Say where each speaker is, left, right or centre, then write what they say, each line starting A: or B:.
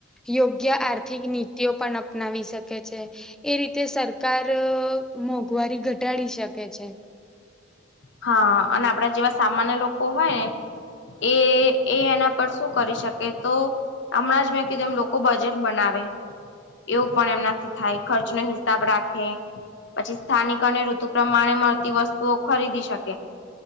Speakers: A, in the centre; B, on the left (about 65°).
A: યોગ્ય આર્થિક નીતિઓ પણ અપનાવી શકે છે. એ રીતે સરકાર અહ મોંઘવારી ઘટાડી શકે છે.
B: હા અને આપડા જેવા સામાન્ય લોકો હોય એ એ એના પર શું કરી શકે તો હમણાં જ મેં કીધું એમ લોકો બજેટ બનાવે એવું પણ એમનાથી થાય ખર્ચ નો હિસાબ રાખે પછી સ્થાનિકોને ઋતુ પ્રમાણે મળતી વસ્તુઓ ખરીદી શકે.